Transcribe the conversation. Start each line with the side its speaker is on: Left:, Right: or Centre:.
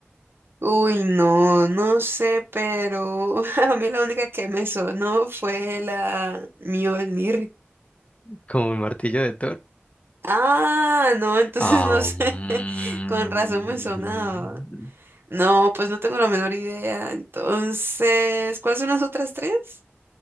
Right: Uy, no, no sé, pero <laughs> a mí la única que me sonó fue la Mjolnir.
Left: Como el martillo de Thor.
Right: Ah, no, entonces
Left: Ah,
Right: no sé.
Left: mm.
Right: <laughs> Con razón me sonaba. No, pues no tengo la menor idea. Entonces, ¿cuáles son las otras tres?